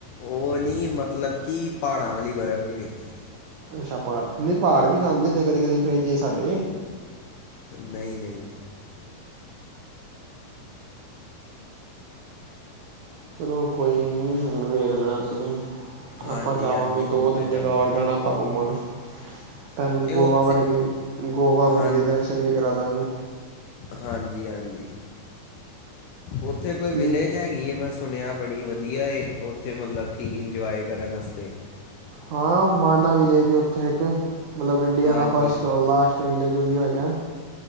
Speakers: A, on the left; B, on the right.
A: ਉ ਨੀ ਮਤਲਬ ਕਿ ਪਹਾੜਾਂ ਵਾਲੀ ਬਰਫ਼ ਨਹੀਂ ਵੇਖੀ।
B: ਅੱਛਾ, ਨੀ ਪਹਾੜ ਵੀ ਜੰਮ ਜਾਂਦੇ ਕਦੇ-ਕਦੇ ਫਰਿੱਜ ਚ ਸਾਡੇ।
A: ਨਹੀਂ-ਨਹੀਂ।
B: ਚਲੋ, ਕੋਈ ਨੀ ਹੁਣ ਵੇਖ ਲੈਣਾ ਤੁਸੀਂ।
A: ਹਾਂਜੀ
B: ਆਪਾਂ ਜਾਵਾਂਗੇ
A: ਹਾਂਜੀ ਹੁਣ
B: ਦੋ-ਤਿੰਨ
A: ਤੇ ਜਾਵਾਂ
B: ਜਗ੍ਹਾ ਹੋਰ ਜਾਣਾ ਆਪਾਂ ਘੁੰਮਣ। ਤੁਹਾਨੂੰ
A: ਤੇ
B: ਗੋਵਾ
A: ਉੱਥੇ
B: ਵਰਗੇ ਗੋਆ ਵਰਗੇ
A: ਹਾਂ
B: ਦਰਸ਼ਨ ਵੀ ਕਰਾ ਦਾਗੇ।
A: ਹਾਂਜੀ-ਹਾਂਜੀ, ਉੱਥੇ ਕੋਈ
B: ਕੀ
A: ਵਿਲੇਜ ਹੈਗੀ ਹੈ ਮੈਂ ਸੁਣਿਆ ਬੜੀ ਵਧੀਆ ਏ ਉੱਥੇ ਮਤਲਬ ਕਿ ਇੰਜੋਏ ਕਰਨ ਵਸਤੇ।
B: ਹਾਂ, ਮਾਨਾ ਵੀਲੈਜ ਏ ਉੱਥੇ ਇੱਕ, ਮਤਲਬ ਇੰਡੀਆ
A: ਹਾਂਜੀ
B: ਦਾ ਫਸਟ ਔਰ ਲਾਸਟ ਵਿਲੇਜ ਉਹੀਓ ਹੈਗਾ।